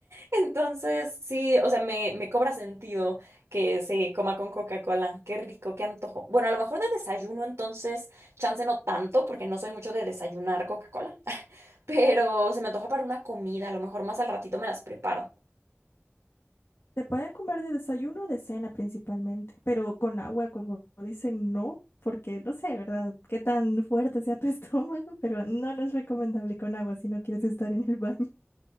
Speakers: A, on the right; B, on the left.
A: Entonces, sí, o sea, me, me cobra sentido que se coma con Coca-Cola. Qué rico, qué antojo. Bueno, a lo mejor de desayuno, entonces, chance no tanto, porque no soy mucho de desayunar Coca-Cola, <laughs> pero se me antoja para una comida, a lo mejor más al ratito me las preparo.
B: Se puede comer de desayuno o de cena principalmente, pero con agua, como dicen, no, porque no sé, ¿verdad? Qué tan fuerte sea tu <laughs> estómago, pero no, no es recomendable con agua si no quieres estar en el baño.